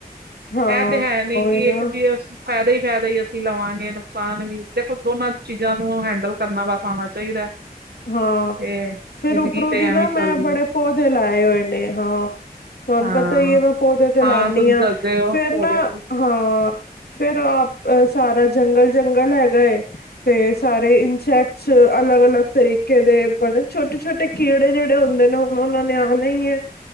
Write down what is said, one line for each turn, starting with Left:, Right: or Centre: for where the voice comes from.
Left: ਹਾਂ
Right: ਐਹ ਤੇ ਹੈ ਨੀ
Left: ਉਹੀ
Right: ਕਿ ਇੱਕ
Left: ਨਾ
Right: ਜਿਹਾ ਫਾਇਦਾ। ਫੈਦਾ ਹੀ ਅਸੀਂ ਲਵਾਂਗੇ ਨੁਕਸਾਨ ਵੀ, ਦੇਖੋ ਦੋਨਾਂ ਚੀਜ਼ਾਂ ਨੂੰ ਹੈਂਡਲ ਕਰਨਾ ਬਸ ਆਉਣਾ ਚਾਹੀਦਾ।
Left: ਹਾਂ
Right: ਤੇ ਜ਼ਿੰਦਗੀ
Left: ਫੇਰ ਉਪਰੋਂ
Right: ਤੇ
Left: ਦੀ ਨਾ,
Right: ਐਵੇਂ
Left: ਮੈਂ
Right: ਚੱਲਦੀ
Left: ਬੜੇ
Right: ਹੈ
Left: ਪੌਦੇ ਲਾਏ ਹੋਏ ਨੇ, ਹਾਂ। ਤੁਹਾਨੂੰ
Right: ਹਾਂ।
Left: ਪਤਾ ਹੀ ਐ, ਮੈਂ ਪੌਦੇ ਤੇ ਲਾਉੰਦੀ
Right: ਤੁਸੀਂ
Left: ਹਾਂ,
Right: ਦੱਸਦੇ ਹੋ
Left: ਫੇਰ
Right: ਪੌਦੇ
Left: ਨਾ।
Right: ਤੇ
Left: ਹਾਂ, ਫੇਰ ਆਪ ਸਾਰਾ ਜੰਗਲ -ਜੰਗਲ ਹੈਗਾ ਏ। ਤੇ ਸਾਰੇ ਇਨਸੈਕਟਸ ਅਲੱਗ- ਅਲੱਗ। ਤਰੀਕੇ ਦੇ ਬਣੇ, ਛੋਟੇ -ਛੋਟੇ ਕੀੜੇ ਜੇੜੇ ਹੁੰਦੇ ਨੇ, ਹੁਣ ਉਹਨਾਂ ਨੇ ਆਣਾ ਹੀ ਹੈ।